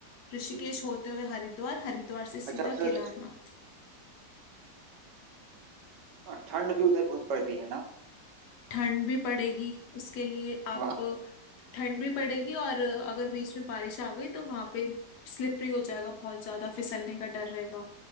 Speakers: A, on the left; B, on the right.
A: ऋषिकेश
B: जी।
A: होते हुए हरिद्वार हरिद्वार से सीधा
B: अच्छा उधर
A: केदारनाथ
B: हाँ, ठंड भी उधर बहुत पड़ती है ना
A: ठंड भी पड़ेगी उसके लिए आप
B: वहाँ
A: ठंड भी पड़ेगी और अगर बीच में बारिश आ गई तो वहां पे स्लिपरी हो जाएगा बहुत ज्यादा फिसलने का डर रहेगा